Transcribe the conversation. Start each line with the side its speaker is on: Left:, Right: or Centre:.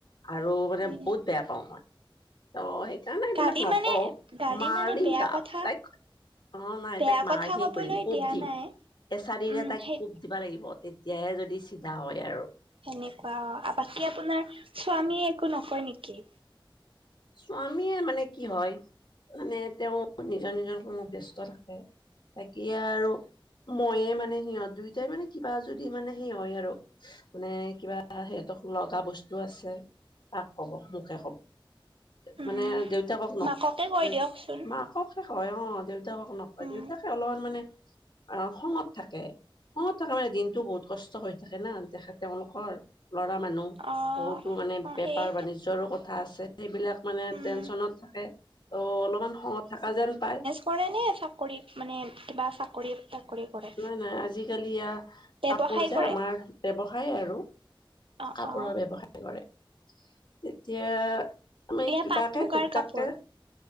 Left: আৰু মানে
Right: উম
Left: বহুত বেয়া পাওঁ মই। ত' সেইকাৰণে এইবিলাক
Right: গালি
Left: নকও।
Right: মানে গালি
Left: মাৰিম
Right: মানে বেয়া
Left: তাক
Right: কথা
Left: তাইক। অ'। নাই
Right: বেয়া
Left: তাইক মাৰহে
Right: কথা ক'বলৈ
Left: কৰিম, কোব
Right: দিয়া
Left: দিম।
Right: নাই
Left: এচাৰিৰে
Right: উম
Left: তাইক
Right: সেই
Left: কোব দিব লাগিব। তেতিয়াহে যদি চিধা হয় আৰু।
Right: এনেকুৱা অ'। বাকী আপোনাৰ স্বামীয়ে একো নকয় নেকি?
Left: স্বামীয়ে মানে কি হয়, মানে তেওঁ নিজৰ নিজৰ কোনো ব্যস্ত থাকে। এতিয়া আৰু মইয়ে মানে সিহঁত দুই টাই মানে কিবা যদি মানে সেই হয় আৰু। মানে কিবা সিহঁতক লগা বস্তু আছে, কাক কব? মোকে কব।
Right: উম
Left: মানে দেউতাকক নকয়।
Right: মাককে কৈ
Left: দেউ
Right: দিয়কচোন
Left: মাকক হয়, অ' দেউতাকক নকয়,
Right: উম
Left: দেউতাকে অলপমান মানে অহ খঙত থাকে। খঙত থাকে মানে, দিনটো বহুত কষ্ট হৈ থাকে ন। তেখেত তেওঁলোকৰ। ল'ৰা মানুহ।
Right: অ
Left: বহুতো মানে
Right: অ
Left: বেপাৰ
Right: সেই
Left: বাণিজ্যৰো কথা আছে। সেইবিলাক মানে
Right: উম
Left: টেনচনত থাকে। ত' অলপমান খঙত থকা যেন পায়।
Right: কৰেনে, চাকৰিত মানে কিবা চাকৰি তাকৰি? কৰে
Left: নাই নাই। আজিকালি এইয়া
Right: ব্যৱসায়
Left: কাপোৰ যে
Right: কৰে
Left: আমাৰ ব্যৱসায় আৰু।
Right: অ
Left: কাপোৰৰ
Right: অ
Left: ব্যৱসায় কৰে। তেতিয়া আমি
Right: এয়া
Left: কিবাকে
Right: পাট মুগাৰ
Left: টুক
Right: কাপোৰ
Left: টাককে